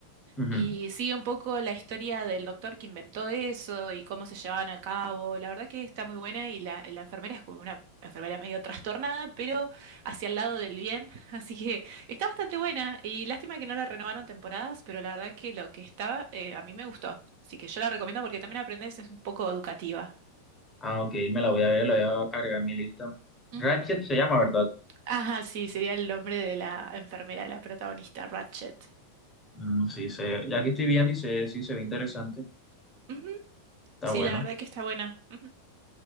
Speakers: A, on the left; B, on the right.
A: Ujú.
B: y sigue un poco la historia del doctor que inventó eso y cómo se llevaban a cabo. La verdad que está muy buena y la, la enfermera es como una enfermera medio trastornada, pero hacia el lado del bien. <laughs> Así que está bastante buena y lástima que no la renovaron temporadas, pero la verdad que lo que estaba eh, a mí me gustó. Así que yo la recomiendo porque también aprendes, es un poco educativa.
A: Ah, ok, me la voy a ver, la voy a agregar a mi lista.
B: Ujú.
A: Ratchet se llama, ¿verdad?
B: Ajá, sí, sería el nombre de la enfermera, la protagonista, Ratchet.
A: Mm, sí, se, ya que estoy viendo y se, sí, se ve interesante.
B: Ujú,
A: Está
B: Sí,
A: bueno.
B: la verdad que está buena. Ujú.